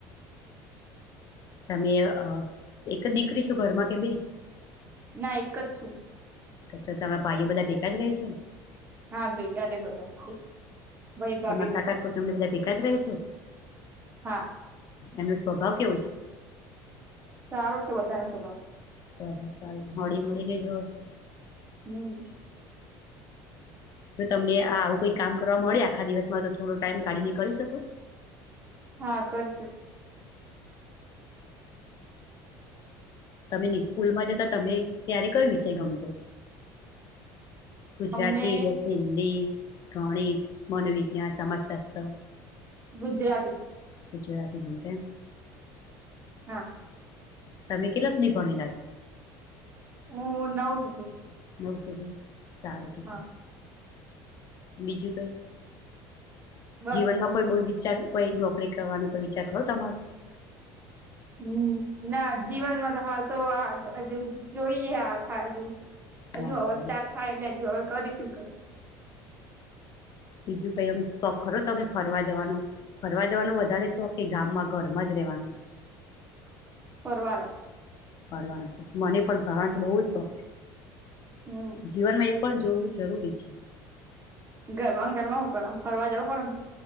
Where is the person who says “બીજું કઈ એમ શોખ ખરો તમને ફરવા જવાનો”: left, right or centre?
Left